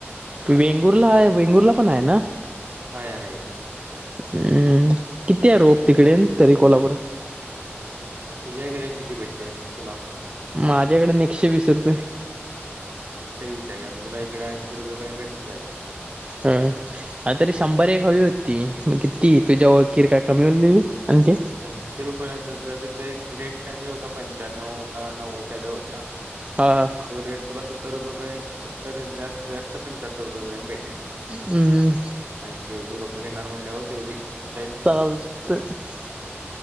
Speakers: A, on the right; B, on the right.
A: वेंगुरला आहे वेंगुरला पण आहे ना.
B: हाय हाय.
A: हम्म.. किती य त्या रोप, तिकडेन तरी कोल्हापुरात.
B: तुझ्याइकडे कितीन भेटते तुला.
A: माझ्याकडेन एकशे वीस रुपये.
B: एकशे वीस आहे मग तुला, इकडे ऐशी रुपयापर्यंत भेटून जाईल.
A: काय. हा तरी शंभर एक हवी होती किती, तुझ्या ओळखीर काय कमी होइली आणखी.
B: ऐशी रुपयाला जरी ते रेट कायतरी होता, पंच्याण्णव का नव्वद कायतरी होता.
A: हां.
B: तो रेट तुला सत्तर रुपयेपर्यंत, सत्तर जास्त जास्त पंचाहत्तर रुपयेपर्यंत भेटेल.
A: हम्म.
B: ऐशी एवढी रोपं घेणार, म्हंटल्यावर तेवढे देता येत.
A: <unintelligible>